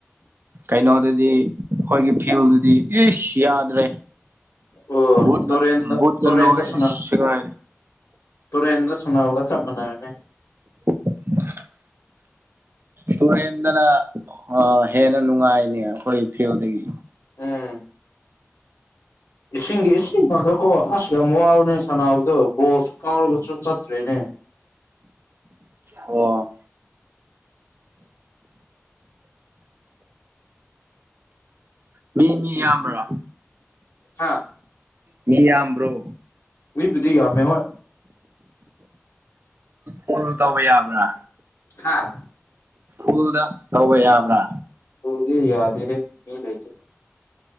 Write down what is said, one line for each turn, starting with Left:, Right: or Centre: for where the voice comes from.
Right: ꯀꯩꯅꯣꯗꯨꯗꯤ ꯑꯩꯈꯣꯏꯒꯤ ꯐꯤꯜꯗꯨꯗꯤ ꯌꯥꯗ꯭ꯔꯦ
Left: ꯑꯣ
Right: ꯕꯨꯠꯪꯥ
Left: ꯇꯨꯔꯦꯟꯗ ꯇꯨꯔꯦꯟꯗ
Right: ꯂꫭꯏ
Left: ꯁꯥꯟꯅ
Right: ꯁꯤꯒꯥꯏ
Left: ꯇꯨꯔꯦꯟꯗ ꯁꯥꯟꯅꯕꯒ ꯆꯞ ꯃꯅꯔꯅꯦ
Right: <unintelligible> ꯇꯨꯔꯦꯟꯗꯅ ꯑ ꯍꯦꯟꯅ ꯅꯨꯡꯉꯥꯏꯅꯦ ꯑꯩꯈꯣꯏ ꯐꯤꯜꯗꯒꯤ
Left: ꯑꯝ ꯏꯁꯤꯡꯒꯤ ꯏꯁꯤꯡ ꯈꯛꯇ ꯀꯣ ꯑꯁ ꯌꯥꯝ ꯋꯥꯕꯅꯦ ꯁꯥꯟꯅꯕꯗꯣ ꯕꯣꯁꯨ ꯀꯥꯎꯔꯒꯁꯨ ꯆꯠꯇ꯭ꯔꯦꯅꯦ
Right: ꯑꯣ ꯃꯤ ꯃꯤ ꯌꯥꯝꯕ꯭ꯔꯥ
Left: ꯍꯥ
Right: ꯃꯤ ꯌꯥꯝ꯭ꯕꯔꯣ
Left: ꯃꯤꯕꯨꯗꯤ ꯌꯥꯝꯃꯦ ꯍꯣꯏ
Right: ꯀꯣꯜ ꯇꯧꯕ ꯌꯥꯕ꯭ꯔꯥ
Left: ꯍꯥꯥ
Right: ꯎꯨꯜꯗ ꯇꯧꯕ ꯌꯥꯕ꯭ꯔꯥ
Left: ꯍꯧꯗꯤ ꯌꯥꯗꯦ ꯃꯤ ꯂꯩꯇ